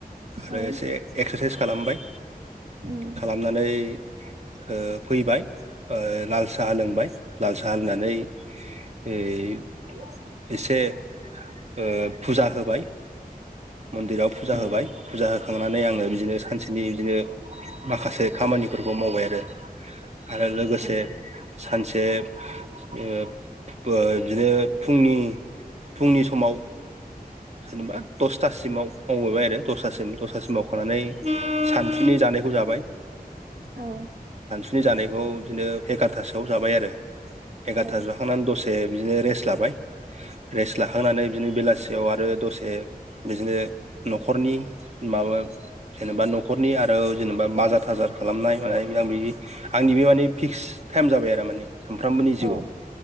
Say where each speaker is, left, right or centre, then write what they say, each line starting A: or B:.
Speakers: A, on the right; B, on the right.
A: आरो
B: औ
A: एसे एक्सारसाइस खालामबाय
B: उम
A: खालामनानै ओ फैबाय ओ लाल साहा लोंबाय लाल साहा लोंनानै ओइ एसे ओ फुजा होबाय मन्दिराव फुजा
B: औ
A: होबाय फुजा हो खांनानै आङो बिदिनो सानसेनि बिदिनो माखासे खामानिफोरखौ मावबाय आरो आरो लोगोसे
B: औ
A: सानसे ओ बो बिदिनो फुंनि फुंनि समाव जेनेबा दसथासिमाव मावबोबाय आरो दसथासिम दसतासिम मावखांनानै सानसुनि जानाय खौ जाबाय।
B: औ
A: बिनि जानायखौ बिदिनो एगार'थासोआव जाबाय आरो एगारथासो
B: औ
A: जाखांनानै द से बिदिनो रेस्ट लाबाय रेस्ट लाखांनानै बिदिनो बेलासियाव आ रो दसे बिदिनो न'खरनि माबा जेनेबा न'खरनि आरो जेनेबा बाजार थाजार खालामनाय मानाय आं बि आंनि बे माने फिक्स टाइम जाबाय आरो माने। सानफ्रामबोनि जिउआव
B: औ